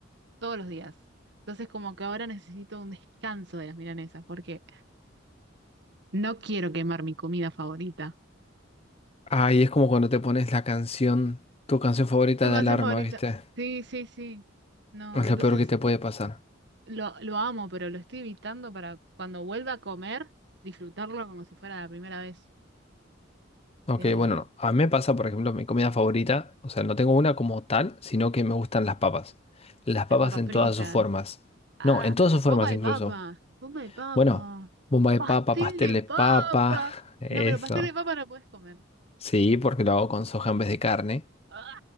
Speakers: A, on the right; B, on the left.
A: todos los días. Entonces como que ahora necesito un descanso de las milanesas porque no quiero quemar mi comida favorita.
B: Ay, es como cuando te pones la canción, tu canción favorita
A: ¿Tu
B: de
A: canción
B: alarma,
A: favorita?
B: ¿viste?
A: Sí, sí, sí. No,
B: Es
A: entonces
B: lo peor que te puede pasar.
A: lo, lo amo, pero lo estoy evitando para cuando vuelva a comer, disfrutarlo como si fuera la primera vez.
B: Ok,
A: Eh,
B: bueno, no. A mí me pasa, por ejemplo, mi comida favorita, o sea, no tengo una como tal, sino que me gustan las papas. Las
A: las
B: papas
A: papas
B: en
A: fritas.
B: todas sus formas.
A: Ah,
B: No, en todas sus formas
A: bomba de
B: incluso.
A: papa, bomba de papa.
B: Bueno, bomba de
A: ¡Pastel
B: papa, pastel
A: de
B: de
A: papa!
B: papa, <laughs> eso.
A: No, pero pastel de papa no puedes comer.
B: Sí, porque lo hago con soja en vez de carne.
A: ¡Ah!